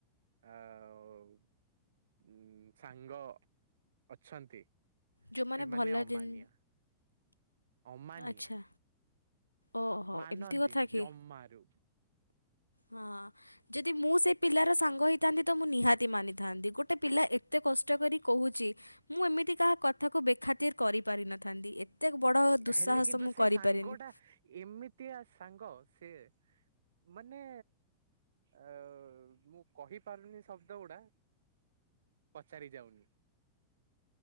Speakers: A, on the right; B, on the left.
A: ଆ ଉ ଉଁ ସାଙ୍ଗ ଅଛନ୍ତି।
B: ଯୋଉମାନେ
A: ସେମାନେ
B: ଭଲ
A: ଅମାନିଆ।
B: ଜିନ୍
A: ଅମାନିଆ।
B: ଆଚ୍ଛା ଓହୋ
A: ମାନନ୍ତିନି
B: ଏମିତି କଥା କି
A: ଜମାରୁ
B: ହଁ। ଯଦି ମୁଁ ସେ ପିଲାର ସାଙ୍ଗ ହୋଇଥାନ୍ତି ତ ମୁଁ ନିହାତି ମାନିଥାନ୍ତି ଗୋଟିେ ପିଲା ଏତେ କଷ୍ଟ କରି କହୁଛି। ମୁଁ ଏମିତି କାହା କଥାକୁ ବେଖାତିର କରିପାରିିନଥାନ୍ତି ଏ ଏତେ ବଡ଼ ଦୁଃସାହସ
A: ହେଲେ କିନ୍ତୁ
B: ମୁଁ
A: ସେ
B: କରିପାରେନି।
A: ସାଙ୍ଗଟା ଏମିତିଆ ସାଙ୍ଗ ସେ ମାନେ ଅ ମୁଁ କହି ପାରୁନି ଶବ୍ଦ ଗୁଡା ପଚାରି ଯାଉନି।